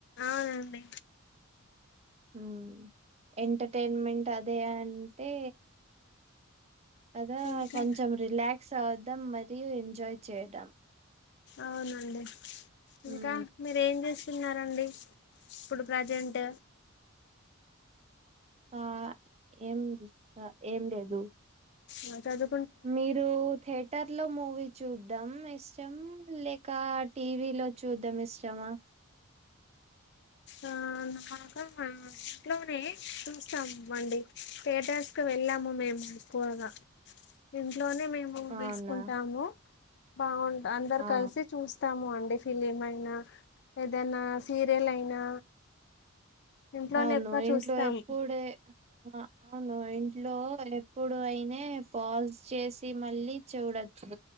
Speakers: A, on the left; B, on the right.
A: ఆ అండి
B: మ్మ్ ఎంటర్టైన్మెంట్ అదే అంటే అద
A: ఇంకా
B: కొంచెం రిలాక్స్ అవద్దాం మరియు ఎంజాయ్ చేయడం
A: అవునండి ఇంకా
B: మ్మ్
A: మీరు ఏం చేస్తున్నారండి ఇప్పుడు ప్రజెంట్
B: ఆ ఏం ఏం లేదు
A: మాటాడు
B: మీరు థియేటర్లో మూవీ చూడడం ఇష్టం లేక టీవీలో చూడడం ఇష్టమా
A: ఆ మాకు మా ఇంట్లోనే చూస్తాము అండి థియేటర్స్ కి వెళ్ళాము మేము ఎక్కుగా ఇంట్లోనే మేము వేసుకుంటాము
B: అవునా
A: బాగు అందరు
B: ఆ
A: కలిసి చూస్తాము అండి ఫిలిమ్ అయినా ఏదైనా సీరియల్ అయినా ఇంట్లోనే
B: అవును
A: ఎక్కువ
B: ఇంట్లో
A: చూస్తాము
B: ఎప్పుడే అవును ఇంట్లో ఎప్పుడు అయినా పాజ్ చేసి మళ్ళీ చూడచ్చు